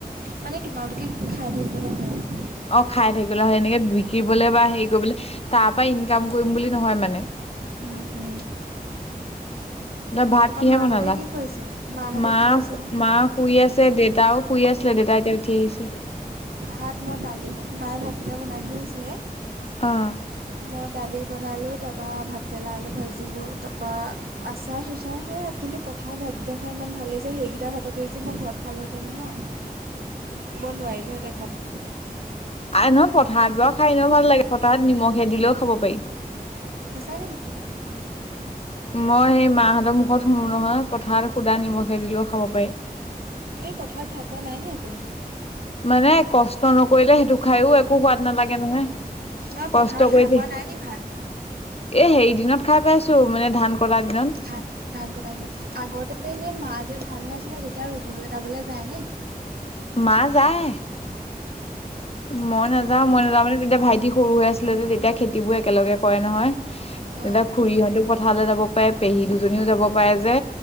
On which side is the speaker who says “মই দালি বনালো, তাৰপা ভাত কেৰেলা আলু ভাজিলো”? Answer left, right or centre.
Right